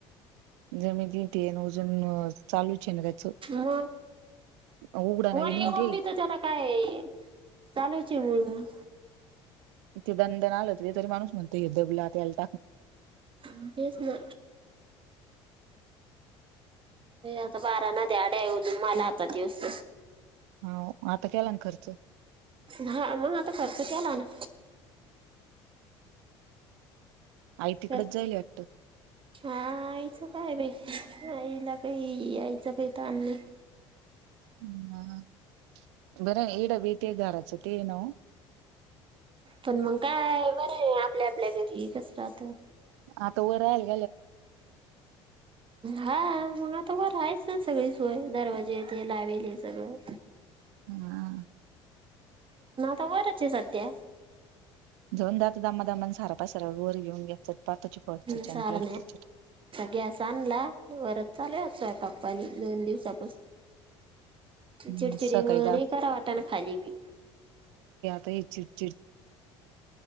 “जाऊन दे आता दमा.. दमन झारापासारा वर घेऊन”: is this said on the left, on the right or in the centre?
Right